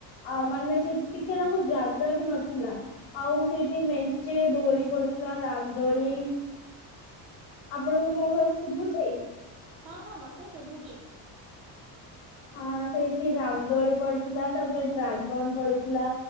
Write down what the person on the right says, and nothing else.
ହଁ ହଁ ମତେ ଶୁଭୁଚି।